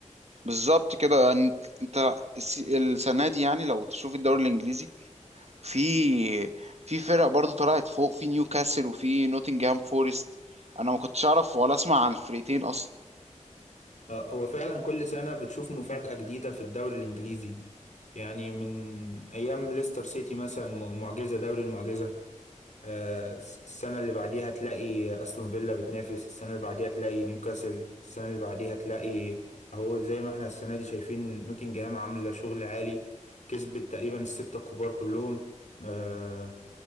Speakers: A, on the right (about 55°); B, on the left (about 65°).
A: بالظبط كده يعني انت انت الس- السنه دي يعني لو تشوف الدوري الانجليزي في في فرق برضو طلعت فوق في نيوكاسل وفي نوتنجهام فورست انا ما كنتش اعرف ولا اسمع عن الفرقتين اصلا
B: آه، هو فعلا كل سنة بتشوف مفاجأة جديدة في الدوري الإنجليزي يعني من أيام ليستر سيتي مثلا م- معجزة دوري المعجزة آه، الس- السنة اللي بعديها تلاقي أستون فيلا بتنافس السنة اللي بعديها تلاقي نيوكاسل السنة اللي بعديها تلاقي أهو زي ما احنا السنة دي شايفين نوتنجهام عاملة شغل عالي كسبت تقريبا الستة الكبار كلهم آه،